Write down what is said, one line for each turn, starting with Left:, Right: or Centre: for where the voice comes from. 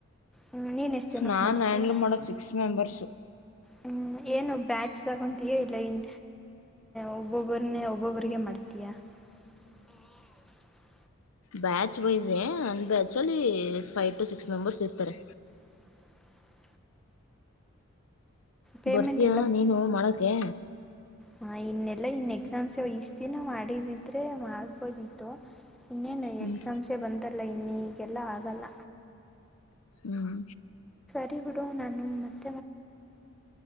Centre: ಹ್ಮ್ ನೀನ್ ಎಷ್ಟು ಜನಕ್ಕೆ
Left: ನಾನ್
Centre: ಮಾಡ್ತೀಯ
Left: ಹ್ಯಾಂಡಲ್ ಮಾಡದ ಸಿಕ್ಸ್ ಮೆಂಬರ್ಸು
Centre: ಹ್ಮ್ ಏನ್ ಬ್ಯಾಟ್ಸ್ ತಗೊತಯ ಇಲ್ಲ ಇನ್ ಒಬ್ಬೊಬ್ಬ್ರನ್ನ ಒಬ್ಬೊಬ್ಬಿಗೆ ಮಾಡ್ತೀಯಾ ಹ್ಮ್
Left: ಬ್ಯಾಚ್ ವೈಸ್ ನನ್ ಬ್ಯಾಚ್ ಅಲ್ಲಿ ಫೈವ್ ಟು ಸಿಕ್ಸ್ ಮೆಂಬರ್ಸ್ ಇರ್ತಾರೆ
Centre: <unintelligible> ಪೇಮೆಂಟ್
Left: ಬರ್ತೀಯಾ ನೀನು ಮಾಡಕೆ
Centre: ಹ ಇನ್ನೆಲ್ಲಾ ಇನ್ ಎಕ್ಸಾಮ್ಸ್ ಇಷ್ಟ ದಿನ ಮಾಡಿದಿದ್ರೆ ಮಾಡ್ಬೋದಿತ್ತು ಇನ್ನೇನು
Left: ಹ್ಮ್
Centre: ಎಕ್ಸಾಮ್ಸೆ ಬಂತಲ್ಲ ಇನ್ನ ಈಗೆಲ್ಲ ಆಗಲ್ಲ
Left: ಹ್ಮ್
Centre: ಗ ಗಡ ನಮ್ಮತ್ತೆ